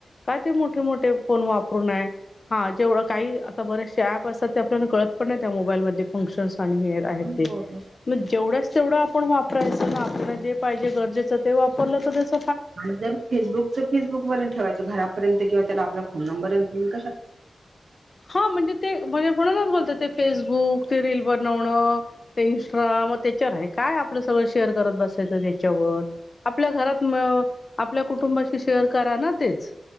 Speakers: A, on the left; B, on the right.
A: काय ते मोठे मोठे फोन वापरूनाय. हा जेवढं काही आता बरेचसे ऍप असतात ते आपल्याला कळत पण नाही त्या मोबाईल मधले फंक्शन्स आणि हे. आहेत
B: हम्म.
A: ते,
B: हो
A: मग जेव्हढ्याच तेवढं आ पण वापरायचं ना आपल्या जे पाहिजे गरजेचं ते वापरलं तर तेच
B: आन जर फेसबुकच फसबुकवरच ठेवायचं घरापर्यंत किंवा त्याला आपला फोन नंबरंत देऊन कशा
A: हा म्हणजे ते म्हजे कोणालाच बोलतात ते फेसबुक ते रील बनवणं ते इन्स्ट्रा मग त्याच्यावर आहे काय आपलं सगळं शेअर करत बसायचं त्याच्यावर आपल्या घरात म आपल्या कुटुंबाशी शेअर करा ना तेच.